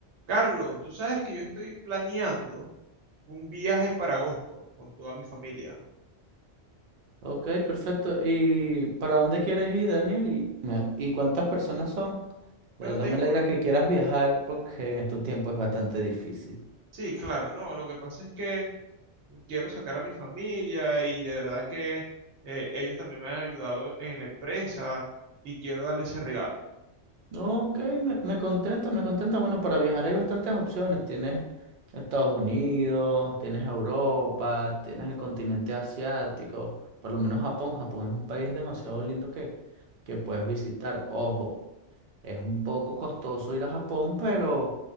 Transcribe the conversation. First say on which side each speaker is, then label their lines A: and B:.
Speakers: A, on the right; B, on the right.
A: Carlos, tú sabes que yo estoy planeando un viaje para agosto con toda mi familia.
B: Ok, perfecto. ¿Y para dónde quieres ir, Daniel? ¿Y, me- y cuántas personas son? De
A: Bueno,
B: verdad
A: tengo...
B: me alegra que quieras viajar porque en estos tiempos es bastante difícil.
A: Sí, claro, no, lo que pasa es que quiero sacar a mi familia y de verdad que eh, ellos también me han ayudado en la empresa y quiero darles ese regalo.
B: Ok, me, me contenta, me contenta. Bueno, para viajar hay bastantes opciones. Tienes Estados Unidos, tienes Europa, tienes el continente asiático, por lo menos Japón. Japón es un país demasiado lindo que, que puedes visitar. Ojo, Es un poco costoso ir a Japón, pero